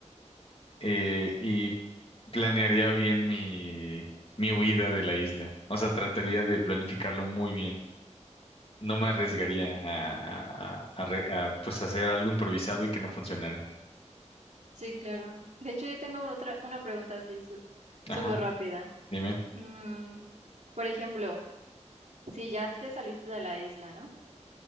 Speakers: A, on the left; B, on the right.
A: eh, y planearía bien mi, mi huida de la isla. O sea, trataría de planificarlo muy bien. No
B: Mm,
A: me arriesgaría
B: okay.
A: a, a- a- a re- a, pues hacer algo improvisado y que no funcionara.
B: Sí, claro. De hecho, yo tengo otra una pregunta así su-
A: Ajá,
B: súper rápida.
A: dime.
B: Mm, por ejemplo, si ya te saliste de la isla, ¿no?